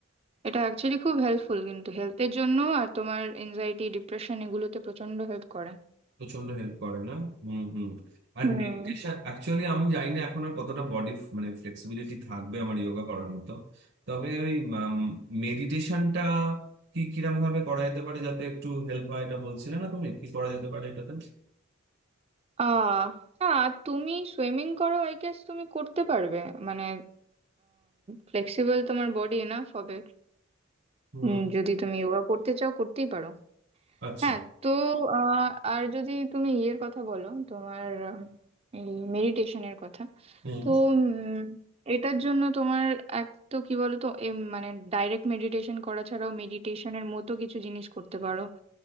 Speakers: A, on the right; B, on the right.
A: এটা অ্যাকচুয়ালি খুব হেল্পফুল কিন্তু হেলথের জন্য আর তোমার এনজাইটি ডিপ্রেশন এগুলোতে প্রচন্ড হেল্প করে
B: প্রচন্ড হেল্প করে না হুম হুম আর
A: হুম
B: মেডিটেশন অ্যাকচুয়ালি আমি জানি না এখন আর কতটা বডি মানে ফ্লেক্সিবিলিটি থাকবে আমার যোগা করার মতো তবে ওই মেডিটেশনটা কি কিরম ভাবে করা যেতে পারে যাতে একটু হেল্প হয় এটা বলছিলে না তুমি কি করা যেতে পারে এটাতে
A: আহ আর তুমি সুইমিং করো আই গেস তুমি করতে পারবে মানে ফ্লেক্সিবল তোমার বডি এনাফ হবে
B: হুম
A: উম, যদি তুমি যোগা করতে চাও করতেই পারো
B: আচ্ছা
A: হ্যাঁ তো আহ, আর যদি তুমি ইয়ের কথা বলো তোমার উম, এই মেডিটেশনের কথা
B: হুম
A: তো উম, এটার জন্য তোমার এক তো কি বলতো এম, মানে ডাইরেক্ট মেডিটেশন করা ছাড়াও মেডিটেশনের মতো কিছু জিনিস করতে পারো